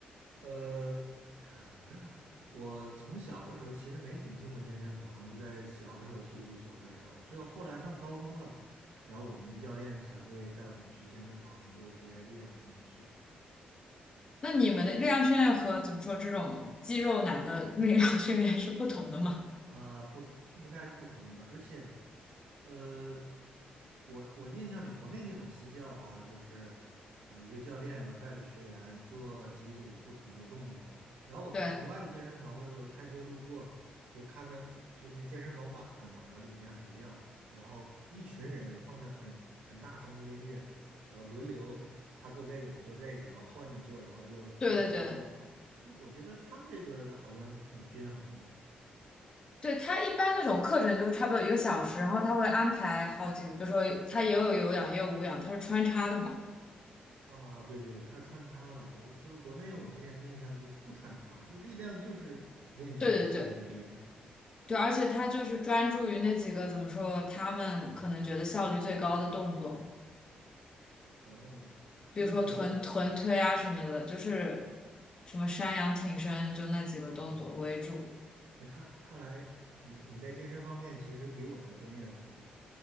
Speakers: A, on the right; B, on the left.
A: 呃，<laughs> 我从小的时候其实没怎么进过健身房，就在小的时候踢足球的时候，只有后来上高中了，然后我们的教练才会带我们去健身房做一些力量性的训练。
B: 那你们的力量训练和怎么说这种肌肉男的力量训练是不同的吗？
A: 啊，不，应该是不同的，而且，呃，我我印象里国内那种私教哈，就是呃一个教练，然后带着学员做几组不同的动作，然后我看国外的健身房，
B: 对
A: 我有的时候开车路过，就看到就是那健身房晚上嘛，然后里面很亮，然后一群人放着很很大声的音乐，然后轮流他做这个，我做这个，然后换着做，然后又跳操又跑，
B: 对对对
A: 就我觉得他们这个好像挺均衡的。
B: 对，他一般那种课程就差不多一个小时，然后他会安排好几个，比如说他也有有氧也有无氧，他是穿插的嘛。
A: 啊，对对对，它是穿插的。我就是国内，我之前的印象就不穿插，就力量就是练几个器械的力量。
B: 对对对对，而且他就是专注于那几个怎么说他们可能觉得效率最高的动作。
A: 哦，所以你觉得，
B: 比如说臀臀推啊什么的，就是什么山羊挺身，就那几个动作为主。
A: 哦，那看看来你你在健身方面其实比我要专业的很多。